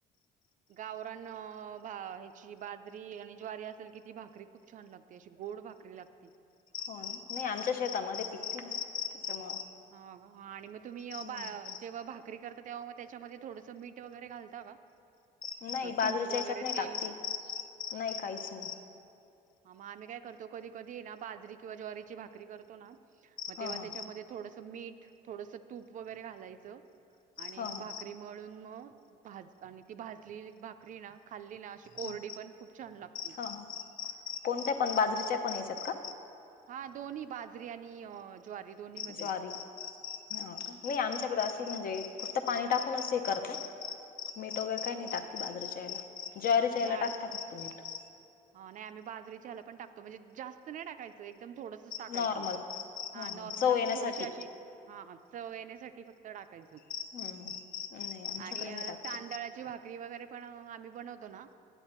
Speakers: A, on the right; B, on the left.
A: गावरान ह्याची बाजरी आणि ज्वारी असेल कि ती भाकरी खूप छान लागते. अशी गोड भाकरी लागते.
B: हो नाही आमच्या शतामध्ये पिकतील त्याच्यामुळं.
A: हो आणि मग तुम्ही
B: हम्म
A: बा जेव्हा भाग बकरी करता तेव्हा मग त्याच्यामध्ये थोडस मीठ वगैरे घालता का?
B: नाही
A: अ,
B: बाजरीच्या
A: तूप वगैरे
B: हच्यात नाही
A: तेल
B: टाकतील नाही काहीच नाही.
A: ह मग आम्ही काय करतो कधी कधी ये ना बाजरी किंवा ज्वारीची भाकरी करतो ना. मग
B: हा
A: तेव्हा
B: हा
A: त्याच्यामध्ये थोडस मीठ थोडस तूप वगैरे घालायचं. आणि
B: हा हा
A: मग भाकरी मळून मग भाज आणि ती भाजली भाकरी ना. खाल्ली ना अशी कोरडी
B: हा
A: पण खूप छान लागती.
B: हा हा कोणत्या पण बाजरीच्या पण यायच्यात का
A: हा दोन्ही बाजरी आणि ज्वारी दोन्ही मध्ये
B: ज्वारी ह नाही आमच्याकडे अशी म्हणजे फक्त पाणी टाकूनच हे करत मीठ वगैरे काही नाही टाकते बाजरीच्या याला ज्वारीच्या
A: नाही
B: यायला
A: आम-
B: टाकता फक्त मी त
A: हा नाही आम्ही बाजरीच्या ह्याला पण टकतो म्हणजे जास्त नाही टाकायचं एकदम थोडं टा
B: नॉर्मल
A: हा
B: ह ह
A: नॉर्मल
B: चव
A: आप
B: येण्यासाठी
A: थोडी अ हा चवयण्यासाठी फक्त टाकायचं
B: हं, हं. नाही आमच्याकडे
A: आणि
B: नाही टाकते
A: तांदळाची भाकरी वगैरे आम्ही बनतो ना